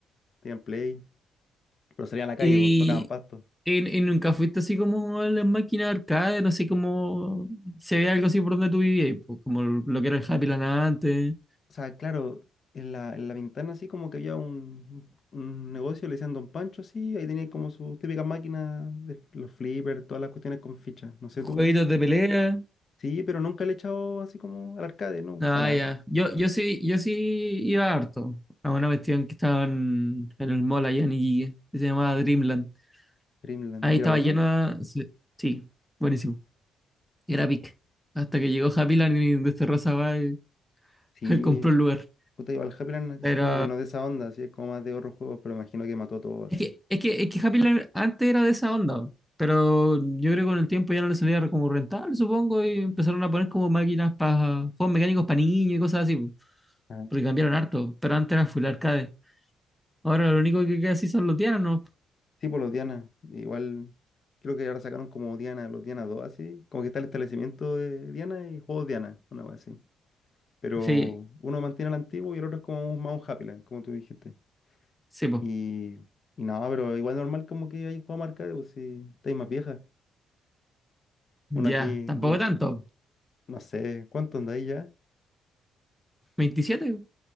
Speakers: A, on the left; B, in the centre.
A: tenían play, Pero salían a la calle,
B: Y,
A: pues tocaban pasto.
B: y- y nunca fuiste así como a las máquinas de arcade, no sé cómo se ve algo así por donde tú vivías, pues, como lo que era el Happy Land antes,
A: O sea, claro, en la, en la ventana así como que había un, un- negocio, le decían Don Pancho así, ahí tenía como sus típicas máquinas, de los flippers, todas las cuestiones con fichas. No sé
B: jueguitos
A: tú.
B: de pelea.
A: Sí, pero nunca le he echado así como al arcade, no,
B: Ah,
A: para
B: ya.
A: nada.
B: Yo, yo sí, yo sí iba harto a una cuestión que estaba en, en el mall allá en Iquique, que se llamaba Dreamland.
A: Dreamland.
B: Ahí
A: ¿Y
B: estaba
A: era bueno?
B: llena. Sí, sí, buenísimo. Era pic. Hasta que llegó Happy Land y desterró esa weá y
A: Sí,
B: <laughs> compró el lugar.
A: puta, iba al Happyland
B: Pero
A: así como que no es de esa onda, así es como más de otros juegos, pero imagino que mató todo así.
B: es que, es que, es que Happy Land antes era de esa onda, pero yo creo que con el tiempo ya no le salía como rentable, supongo, y empezaron a poner como máquinas para juegos mecánicos para niños y cosas así, po,
A: Ah.
B: porque cambiaron harto, pero antes era full arcade. Ahora lo único que queda así son los tianos, ¿no?
A: Sí, por los Diana. Igual creo que ahora sacaron como Diana, los Diana 2 así. Como que está el establecimiento de Diana y juegos Diana, una cosa así. Pero
B: Sí,
A: uno mantiene el antiguo y el otro es como un- más un Happyland, como tú dijiste.
B: sí, pues,
A: Y, y nada, pero igual normal como que hay un juego marcado, pues si estáis más vieja.
B: ya,
A: Uno aquí,
B: tampoco
A: una,
B: tanto,
A: no sé, ¿cuánto andáis ya?
B: 27 po.